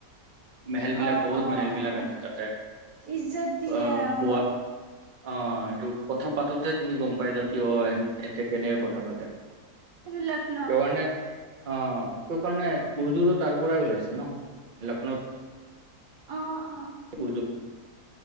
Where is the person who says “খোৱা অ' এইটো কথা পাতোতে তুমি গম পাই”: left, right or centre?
Right